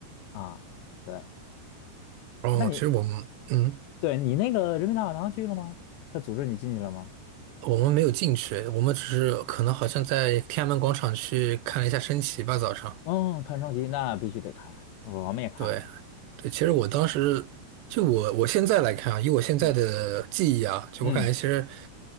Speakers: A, on the left (about 85°); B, on the right (about 80°).
A: 啊。对，
B: 哦，
A: 那你
B: 其实我们，嗯。
A: 对你那个人民大会堂去了吗？他组织你进去了吗？
B: 我们没有进去，我们只是可能好像在天安门广场去看了一下升旗吧，早上。
A: 嗯，看升旗那必须得看，我们也看了。
B: 对，对，其实我当时就我我现在来看啊，以我现在的记忆啊，
A: 嗯
B: 就我感觉其实
A: 嗯